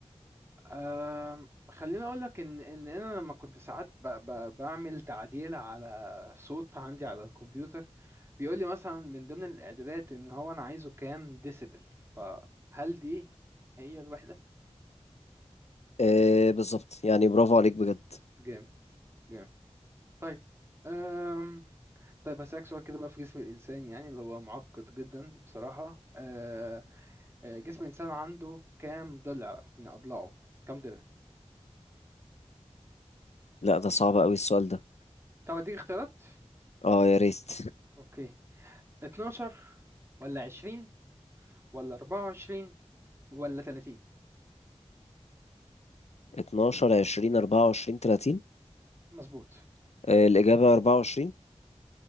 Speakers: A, on the right; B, on the left.
A: أم خليني اقول لك ان ان انا لما كنت ساعات ب ب بعمل تعديل على صوت عندي على الكمبيوتر بيقول لي مثلا من ضمن الاعدادات ان هو انا عايزه كام ديسيبل فهل دي هي الوحدة
B: آه بالظبط يعني برافو عليك بجد
A: جامد جامد طيب أم طيب هسألك سؤال كده بقى في جسم الإنسان يعني اللي هو معقد جدا بصراحة آه، آه، جسم الإنسان عنده كام ضلع من أضلاعه كام ضلع
B: لا ده صعب قوي السؤال ده
A: طب أديك اختيارات
B: اه يا ريت
A: أوكي 12 ولا 20 ولا 24 ولا 30
B: 12 20 24 30
A: مظبوط
B: آه الإجابة 24